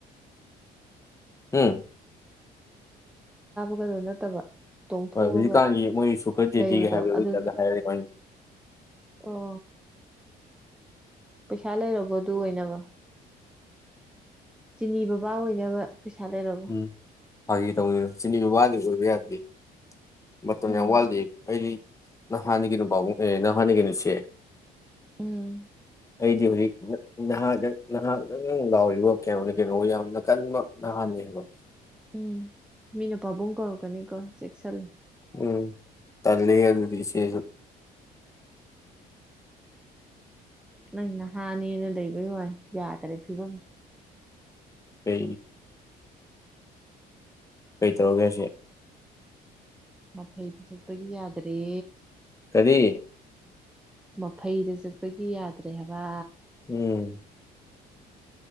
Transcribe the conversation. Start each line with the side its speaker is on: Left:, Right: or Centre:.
Left: ꯎꯝ
Centre: ꯗꯣ ꯅꯠꯇꯕ ꯇꯣꯡꯊꯣꯛꯑꯒ
Left: ꯍꯣꯏ ꯍꯧꯖꯤꯛꯀꯥꯟꯗꯤ ꯃꯣꯏ ꯁꯨꯈꯗꯦꯗꯤꯒ
Centre: ꯂꯩꯕꯗꯣ
Left: ꯍꯥꯏꯕꯗꯣꯖꯤ
Centre: ꯑꯗꯨꯅ
Left: ꯍꯥꯏꯔ
Centre: ꯑꯣ ꯄꯩꯁꯥ ꯂꯩꯔꯕꯣ ꯑꯗꯨ ꯑꯣꯏꯅꯕ ꯆꯤꯅꯤ ꯕꯕꯥ ꯑꯣꯏꯅꯕ ꯄꯩꯁꯥ ꯂꯩꯔꯕꯣ
Left: ꯎꯝ ꯐꯥꯒꯤ ꯇꯧꯅꯤꯅ ꯆꯤꯅꯤ ꯕꯕꯥꯗꯤ ꯑꯣꯏꯕ ꯌꯥꯗꯦ ꯃꯇꯝ
Centre: ꯎꯝ
Left: ꯌꯥꯝ ꯋꯥꯜꯗꯤ ꯑ ꯅ ꯍꯅꯤ ꯀꯩꯅ ꯅꯈꯅꯤ ꯀꯩꯅꯨ ꯎꯆ
Centre: ꯎꯝ
Left: ꯑꯩꯗꯤ ꯍꯧꯖꯤꯛ ꯅꯍꯥꯛ ꯅꯍꯥꯛꯗꯪ ꯂꯥꯎꯔꯤꯕ ꯀꯩꯅꯣꯅꯤ ꯀꯩꯅꯣ ꯌꯥꯝꯅ ꯀꯟꯕ ꯅꯍꯥꯟꯅꯦ ꯍ
Centre: ꯎꯝ ꯃꯤꯅ ꯄꯥꯕꯨꯡ ꯀꯧꯔꯛꯀꯅꯤꯀꯣ ꯆꯦꯛꯁꯤꯜ
Left: ꯎꯝ ꯇꯜꯂꯤꯒ ꯑꯗꯨ ꯑꯗꯨꯗꯤ ꯆ
Centre: ꯅꯪꯅ ꯍꯥꯅꯤꯅ ꯂꯩꯕꯩ ꯋꯥꯏ ꯌꯥꯗ꯭ꯔꯦ ꯐꯤꯕꯝꯗꯣ
Left: ꯀ ꯀꯩ ꯇꯔꯣꯒꯦꯁ
Centre: ꯃꯐꯩꯗꯤ ꯆꯠꯄꯒꯤ ꯌꯥꯗ꯭ꯔꯦ
Left: ꯀꯔꯤ
Centre: ꯃꯐꯩꯗ ꯆꯠꯄꯒꯤ ꯌꯥꯗ꯭ꯔꯦ ꯍꯥꯏꯕ
Left: ꯎꯝ